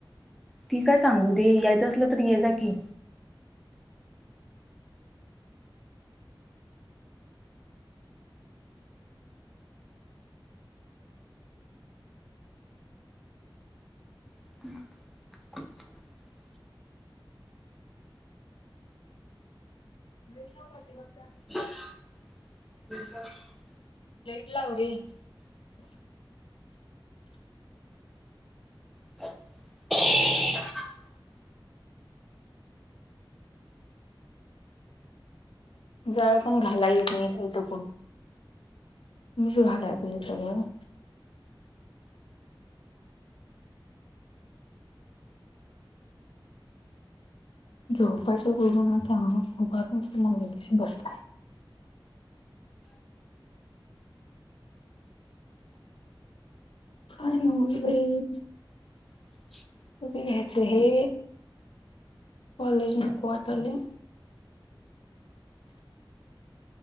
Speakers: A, in the centre; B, on the left.
A: ती काय सांगू दे, यायचं असलं तर येजा की. <inaudible>
B: स काटे बघता <unintelligible>
A: <inaudible>
B: लैट लाव रे.
A: <inaudible>
B: जाळ पण घाला येत नाही. इथ पण, मीच घालाय पाहिजे सगळं. झोपायच सोडून आता उभारुन निस्ता मम्मीपशी बसलाय. काय नव्हच बाई.
A: <inaudible>
B: कधी घ्यायचं हे, कॉलेज नको वाटाले.